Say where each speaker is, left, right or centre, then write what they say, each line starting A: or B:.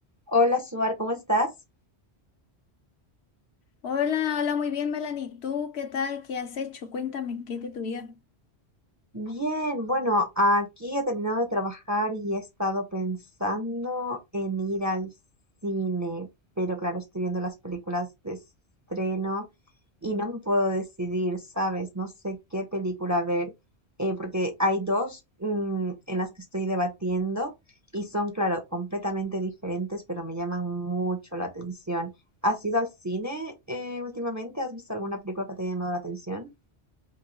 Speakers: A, on the right; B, on the left.
A: Hola, Suar, ¿cómo estás?
B: Hola, hola, muy bien, Melanie. ¿Tú qué tal? ¿Qué has hecho? Cuéntame, ¿qué es de tu vida?
A: Bien, bueno, aquí he terminado de trabajar y he estado pensando en ir al cine, pero claro, estoy viendo las películas de estreno y no me puedo decidir, ¿sabes? No sé qué película ver, eh, porque hay dos mm, en las que estoy debatiendo y son, claro, completamente diferentes, pero me llaman mucho la atención. ¿Has ido al cine eh, últimamente? ¿Has visto alguna película que te haya llamado la atención?